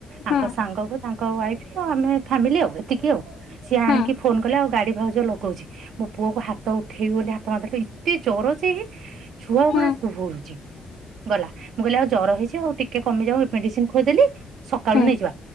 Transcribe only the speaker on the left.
ହୁଁ
ହୁଁ
ହୁଁ
ହୁଁ